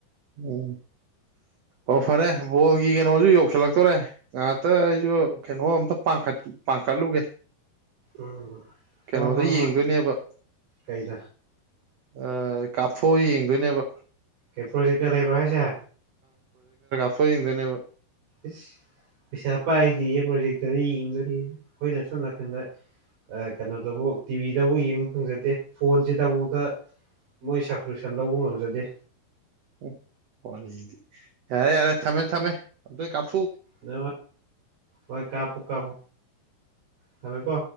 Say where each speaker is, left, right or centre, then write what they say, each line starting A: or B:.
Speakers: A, on the right; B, on the right.
A: ꯎꯝ ꯑꯣ ꯐꯔꯦ ꯕꯣꯜꯒꯤ ꯀꯩꯅꯣꯖꯨ ꯌꯧꯁꯜꯂꯛꯇꯣꯔꯦ ꯉꯥꯏꯍꯥꯛꯇ ꯑꯩꯖꯨ ꯀꯩꯅꯣ ꯑꯝꯇ ꯄꯥꯡꯈꯠ ꯄꯥꯡꯈꯠꯂꯨꯒꯦ
B: ꯎꯝ
A: ꯀꯩꯅꯣꯗ
B: ꯍꯣꯏ ꯍꯣꯏ ꯍꯣꯏ
A: ꯌꯦꯡꯗꯣꯏꯅꯦꯕ
B: ꯀꯩꯗ
A: ꯑꯥ ꯀꯥꯞꯊꯣꯛꯑ ꯌꯦꯡꯗꯣꯏꯅꯦꯕ
B: ꯑꯦ ꯄ꯭ꯔꯣꯖꯦꯛꯇꯔ ꯂꯩꯕ꯭ꯔꯣ ꯍꯥꯏꯁꯦ
A: ꯑꯩꯈꯣꯏ ꯌꯦꯡꯗꯣꯏꯅꯦꯕ
B: ꯏꯁ ꯄꯩꯁꯥ ꯄꯥꯏꯗꯦꯌꯦ ꯄ꯭ꯔꯣꯖꯦꯛꯇꯔꯗ ꯌꯦꯡꯗꯣꯔꯤꯌꯦ ꯑꯈꯣꯏꯅ ꯁꯣꯝ ꯅꯥꯀꯟꯗ ꯑꯥ ꯀꯅꯣꯗꯕꯨ ꯇꯤꯚꯤꯗꯕꯨ ꯌꯦꯡꯕ ꯐꯪꯖꯗꯦ ꯐꯣꯟꯁꯤꯗꯕꯣꯛꯇ ꯃꯣꯏ ꯁꯞꯁꯀ꯭ꯔꯤꯞꯁꯟ ꯂꯧꯕ ꯉꯝꯖꯗꯦ
A: ꯍꯦ ꯋꯥꯔꯤꯗꯤ ꯌꯥꯔꯦ ꯌꯥꯔꯦ ꯊꯝꯃꯦ ꯊꯝꯃꯦ ꯑꯗꯨꯏ ꯀꯥꯞ
B: ꯅꯣ ꯍꯣꯏ ꯀꯥꯞꯄꯣ ꯀꯥꯞꯄꯣ ꯊꯝꯃꯦꯀꯣ